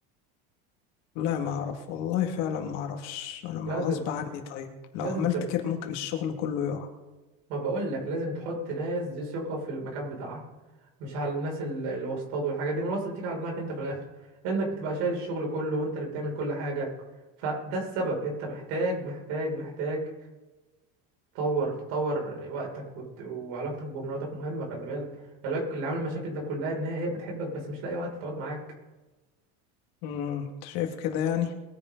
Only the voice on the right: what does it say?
لازم
لازم
ترجع
ما بقول لك لازم تحط ناس ذي ثقه في المكان بتاعها مش على الناس ال- الواسطات والحاجات دي ما الواسطه بتيجي على دماغك انت في الاخر انك بتبقى شايل الشغل كله وانت اللي بتعمل كل حاجه فده السبب انت محتاج محتاج محتاج تطور تطور وقتك وت... وعلاقتك بمراتك مهمه خلي بالك خلي بالك اللي عامل المشاكل ده كلها ان هي هي بتحبك بس مش لاقي وقت تقعد معاك